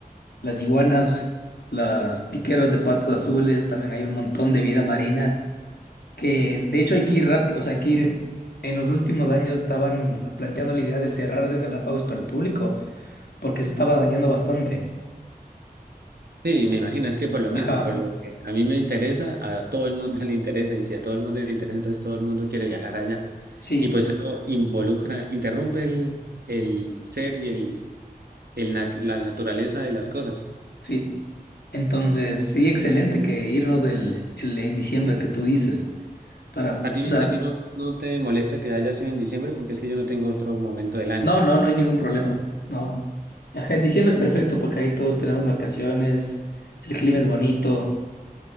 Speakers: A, on the left; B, on the right.
A: las iguanas, las piqueros de patas azules, también hay un montón de vida marina, que de hecho hay que ir rápido, o sea, hay que ir, en los últimos años estaban planteando la idea de cerrar el Galápagos para el público, porque se estaba dañando bastante.
B: Sí, me imagino, es que por lo
A: Ajá,
B: mismo, por lo que a mí me interesa, a todo el mundo <laughs> le interesa, y si a todo el mundo le interesa, entonces todo el mundo quiere viajar allá.
A: sí,
B: Y pues eso involucra, interrumpe el, el ser y el, el nat- la naturaleza de las cosas.
A: sí. Entonces, sí, excelente que irnos el el, en diciembre que tú dices. Para,
B: A ti,
A: o sea,
B: a ti no, no te molesta que haya sido en diciembre, porque es que yo no tengo otro momento del año.
A: no, no, no hay ningún problema. No. Ajá, en diciembre es perfecto porque ahí todos tenemos vacaciones, el clima es bonito,